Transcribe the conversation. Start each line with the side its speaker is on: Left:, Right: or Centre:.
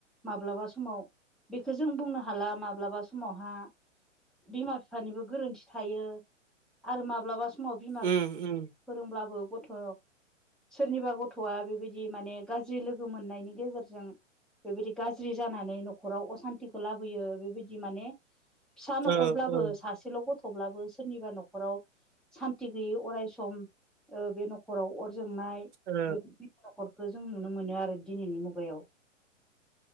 Centre: माब्लाबा समाव बेखौ जों बुंनो हाला माब्लाबा समावहा बिमा बिफानिबो गोरोन्थि थायो आरो माब्लाबा समाव बिमा
Right: उम उम
Centre: फोरोंब्लाबो गथ' सोरनिबा गथ'आ बेबायदि माने गाज्रि लोगो मोननायनि गेजेरजों बेबायदि गाज्रि जानानै न'खराव असान्थिखौ लाबोयो बेबायदि माने फिसा न'खरब्लाबो
Right: ओ ओ
Centre: सासेल' गथ' थेवब्लाबो सोरनिबा न'खराव सान्थि गैयै अराय सम ओ बे न'खराव अर जोंनाय
Right: ओ
Centre: बेफोरबायदि न'खरखौ जों नुनो मोनो आरो दिनैनि मुगायाव